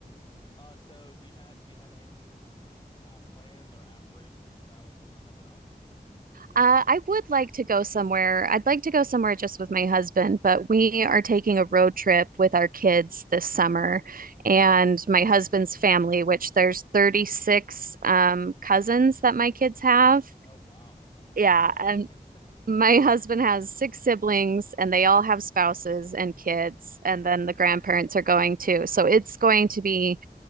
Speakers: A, on the left (about 30°); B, on the right (about 65°).
A: Uh, so do you have do you have any uh plans or aspirations to travel somewhere coming up?
B: Uh, I would like to go somewhere. I'd like to go somewhere just with my husband, but we are taking a road trip with our kids this summer and my husband's family, which there's 36 um, cousins that my kids have.
A: Oh wow, <laughs> that's
B: Yeah,
A: a large
B: and
A: family. <laughs>
B: my husband has six siblings and they all have spouses and kids, and then the grandparents are going too. So it's going to be